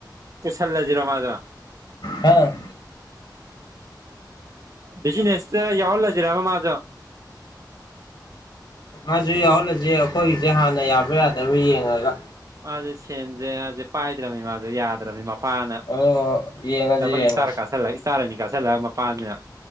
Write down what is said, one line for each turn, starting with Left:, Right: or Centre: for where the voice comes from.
Right: ꯀꯁꯜꯂꯖꯔꯣ ꯃꯥꯖ
Left: ꯍ
Right: ꯕꯤꯖꯤꯅꯦꯁꯇ ꯌꯥꯎꯍꯜꯂꯁꯤꯔꯕ ꯃꯥꯗꯣ
Left: ꯃꯥꯁꯨ ꯌꯥꯎꯍꯜꯂꯁꯤ ꯑꯩꯈꯣꯏꯒꯤꯁꯦ ꯍꯥꯟꯅ ꯌꯥꯕ꯭ꯔꯥ ꯌꯥꯗꯕ꯭ꯔꯥ ꯌꯦꯡꯉꯒ
Right: ꯃꯥꯁꯦ ꯁꯦꯟꯁꯦ ꯃꯥꯁꯦ ꯄꯥꯏꯗ꯭ꯔꯕꯅꯤ ꯃꯥꯁꯦ ꯌꯥꯗ꯭ꯔꯕꯅꯤ ꯃꯄꯥꯅ
Left: ꯑꯣ ꯌꯦꯡꯉꯁꯤ
Right: ꯗꯕꯜ
Left: ꯌꯦꯡꯉꯁꯤ
Right: ꯏꯁꯇꯥꯔ ꯀꯥꯥꯁꯜꯂꯒ ꯏꯁꯇꯥꯔ ꯑꯅꯤ ꯀꯥꯥꯁꯜꯂꯒ ꯃꯄꯥꯅ